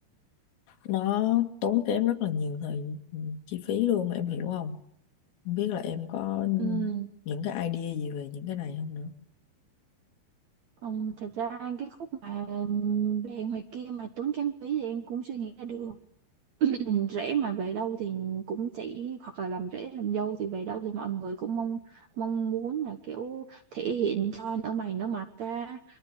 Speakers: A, on the left (about 75°); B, on the right (about 80°).
A: nó tốn kém rất là nhiều thời ừ, chi phí luôn em hiểu không không biết là em có
B: Ừm,
A: những cái idea gì về những cái này không nữa
B: Ừm, thật ra cái khúc mà ừm, về ngoài kia mà tốn kém phí thì em cũng suy nghĩ ra được <clears throat> rễ mà về đâu thì cũng chỉ hoặc là làm rễ làm dâu thì về đâu thì mọi người cũng mong mong muốn là kiểu thể hiện cho nở mày nở mặt ra